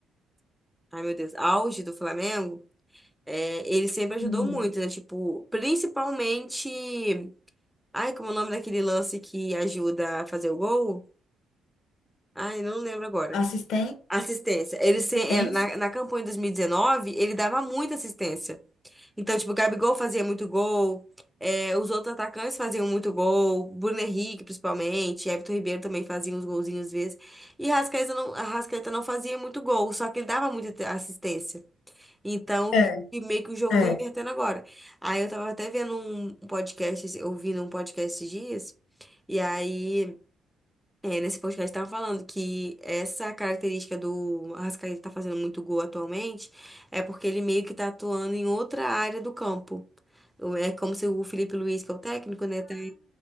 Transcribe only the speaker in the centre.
ai meu Deus, auge do Flamengo, é, ele sempre ajudou
muito, né? Tipo, principalmente. Ai, como é o nome daquele lance que ajuda a fazer o gol? Ai, não lembro agora.
Assistência. Ele
se- é, na, na campanha de 2019, ele dava muita assistência. Então, tipo, o Gabigol fazia muito gol, é, os outros atacantes faziam muito gol, Bruno Henrique, principalmente, Everton Ribeiro também fazia uns golzinhos às vezes. E Rascaeta não, Rascaeta não fazia muito gol, só que ele dava muita te- assistência. Então,
o que- e meio que o jogo
tá invertendo agora. Aí eu tava até vendo um um podcast, esse- ouvindo um podcast esses dias, e aí, é, nesse podcast tava falando que essa característica do Arrascaeta tá fazendo muito gol atualmente é porque ele meio que tá atuando em outra área do campo. É como se o Felipe Luiz, que é o técnico, né, tá